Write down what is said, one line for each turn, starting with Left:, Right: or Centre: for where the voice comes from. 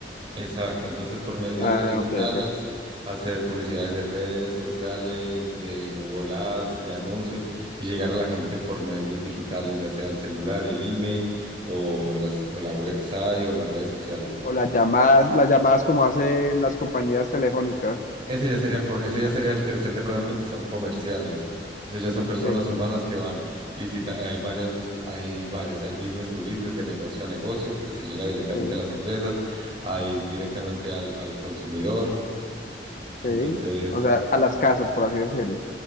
Right: Exacto, entonces por medio
Left: Ah,
Right: de lo digital
Left: ok, ok.
Right: es hacer publicidades de redes sociales, de Google Ads, de anuncios y llegar a la gente por medios digitales, ya sea el celular, el email o las, o la website o las redes sociales.
Left: O las llamadas, las llamadas como hacen las compañías telefónicas.
Right: Ese ya sería por, ese ya sería el tercer departamento que son comerciales. Esos ya son personas
Left: Sí,
Right: humanas que van, visitan, hay varias, hay varias, hay business to business, de negocio a negocio, que se llega directamente
Left: sí,
Right: a las empresas, hay directamente al, al consumidor. Entonces,
Left: sí. O sea, a las casas, por así decirlo.